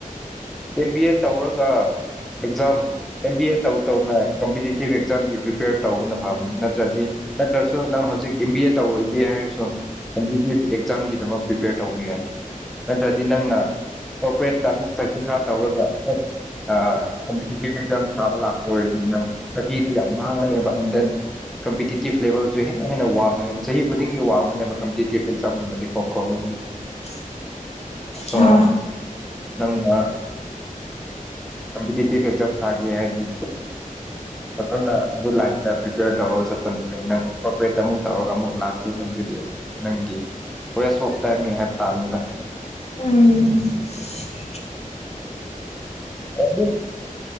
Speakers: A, in the centre; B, on the left (about 50°).
A: ꯑꯦꯝ ꯕꯤ ꯑꯦ ꯇꯧꯔꯒ ꯑꯦꯛꯖꯥꯝ ꯑꯦꯝ ꯕꯤ ꯑꯦ ꯇꯧ ꯇꯧꯅ ꯀꯝꯄꯤꯇꯤꯇꯤꯞ ꯑꯦꯛꯖꯥꯝꯒꯤ ꯄ꯭ꯔꯤꯄꯦꯌꯔ ꯇꯧꯕꯅ ꯐꯕꯅꯤ ꯅꯠꯇ꯭ꯔꯗꯤ ꯅꯠꯇ꯭ꯔꯁꯨ ꯅꯪ ꯍꯧꯖꯤꯛ ꯑꯦꯝ ꯕꯤ ꯑꯦ ꯇꯧꯔꯣꯏꯒꯦ ꯍꯥꯏꯔꯁꯨ ꯑꯦꯛꯖꯥꯝꯒꯤꯗꯃꯛ ꯄ꯭ꯔꯤꯄꯦꯌꯔ ꯇꯧꯕ ꯌꯥꯏ ꯅꯠꯇ꯭ꯔꯗꯤ ꯅꯪꯅ ꯀꯣꯔꯄꯔꯦꯠꯇ ꯑꯃꯨꯛ ꯆꯍꯤ ꯈꯔ ꯇꯧꯔꯒ ꯑ ꯀꯝꯄꯤꯇꯤꯇꯤꯞ ꯑꯦꯛꯖꯥꯝ ꯊꯥꯕ ꯂꯥꯛꯄ ꯑꯣꯏꯔꯗꯤ ꯅꯪ ꯆꯍꯤꯗꯨ ꯌꯥꯝꯃꯡꯉꯅꯦꯕ ꯑꯦꯟ ꯗꯦꯟ ꯀꯝꯄꯤꯇꯤꯇꯤꯞ ꯂꯦꯕꯦꯜꯁꯨ ꯍꯦꯟꯅ ꯍꯦꯟꯅ ꯋꯥꯡꯉꯅꯦꯕ ꯆꯍꯤ ꯈꯨꯗꯤꯡꯒꯤ ꯋꯥꯡꯕꯅꯦꯕ ꯀꯝꯄꯤꯇꯤꯇꯤꯞ ꯑꯦꯛꯖꯥꯝ ꯒꯨꯝꯕꯗꯤꯀꯣ ꯎꯝ
B: <inaudible>
A: ꯁꯣ
B: ꯍꯣꯏ
A: ꯅꯪ ꯕ ꯀꯝꯄꯤꯇꯤꯇꯤꯞ ꯑꯦꯛꯖꯝ ꯊꯒꯦ ꯍꯥꯏꯗꯤ ꯑꯗꯨꯅ ꯑꯗꯨ ꯂꯥꯏꯟꯗ ꯄ꯭ꯔꯤꯄꯦꯌꯔ ꯇꯧꯔꯒ ꯆꯠꯄꯅꯠꯇ꯭ꯔ ꯅꯪ ꯀꯣꯔꯄꯔꯦꯠꯇ ꯑꯃꯨꯛ ꯇꯧꯔꯒ ꯑꯃꯨꯛ ꯂꯥꯛꯀꯦ ꯍꯥꯏꯕꯗꯨꯗꯤ ꯅꯪꯒꯤ ꯋꯦꯁ ꯑꯣꯐ ꯇꯥꯏꯝꯅꯤ ꯍꯥꯏꯕ ꯇꯥꯕꯅꯤꯗ
B: ꯎꯝ
A: ꯑꯗꯨ